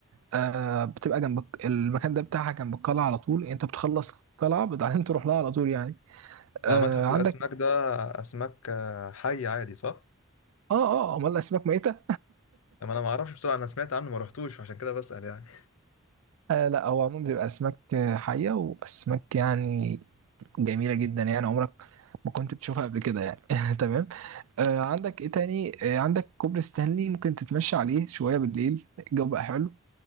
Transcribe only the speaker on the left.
ما متحف
الاسماك ده اسماك آه، حي عادي صح؟
ما انا ما اعرفش بصراحه انا سمعت عنه ما رحتوش عشان كده بسال يعني